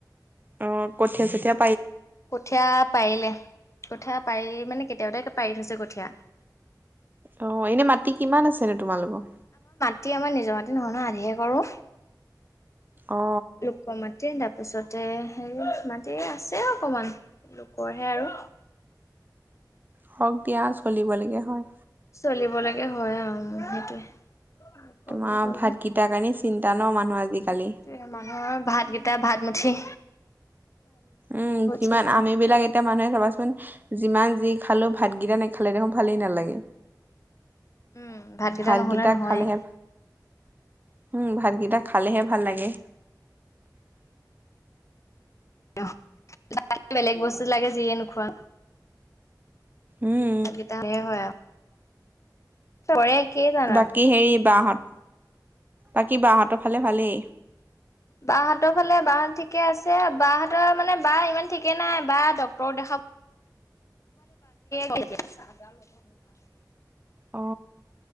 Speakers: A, on the right; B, on the left.
A: অ কঠীয়া চঠিয়া
B: কঠীয়া পাৰিলে কঠীয়া পাৰি মানে কেতিয়াবাতে পাৰি থৈছে কঠীয়া।
A: অ এনে মাটি কিমান আছে ন তোমালোকৰ
B: এতি আমাৰ নিজৰ মাতে নহয় ন আধিহে কৰো।
A: অ
B: লোকৰ মাটি তাপিচত তাতে হেৰি মাটি আছে অকমান লোকৰহে আৰু
A: হওক দিয়া চলিব লাগে হয়।
B: চলিব লাগে হয় আও মো সেইটোৱে। লোকৰ
A: তোমাৰ
B: বুলি ক'লো
A: ভাতগিতাৰ কাৰণে চিন্তা ন মানুহ আজিকালি
B: সেইটোয়ে মানুহৰ ভাত গিতা ভাত মুঠি।
A: উম যিমান
B: চিন্তা
A: আমিবিলাক এতিয়া মানুহে চাবাচোন যিমান যি খালো ভা ভাতগিদা নেখালে দেখোন ভালেই নালাগে।
B: উম ভাতকেইটা
A: ভাতগিতা
B: নহ'লে নহয়ে
A: খালেহে উম ভাতগিতা খালেহে ভাল লাগে।
B: <unintelligible> বেলেগ বস্তু লাগে যিয়ে নোখোৱা
A: উম
B: গিতা হ'লে হয় আও। চয়ে কেই যানান
A: বাকী হেৰি বাহঁত বাকী বাহঁতৰ ফালে ভালেই?
B: বাহঁতৰ ফালে বা ঠিকে আছে। বাহঁতৰ মানে বা ইমান ঠিকে নাই বা ডক্তৰক দেখাব <unintelligible>
A: অ।